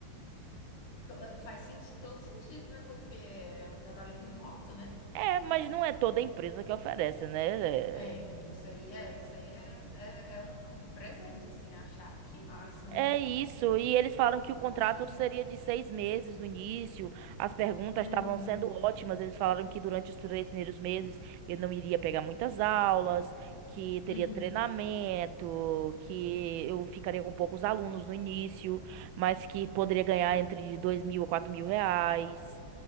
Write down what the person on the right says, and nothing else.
É, mas não é toda empresa que oferece, né?
É,
É isso, e eles falaram que o contrato
seria de seis meses no início. As perguntas
estavam sendo ótimas. Eles falaram que durante os três primeiros meses eu não iria pegar muitas aulas, que teria
treinamento, que eu ficaria com poucos alunos no início, mas que poderia ganhar entre dois mil a quatro mil reais.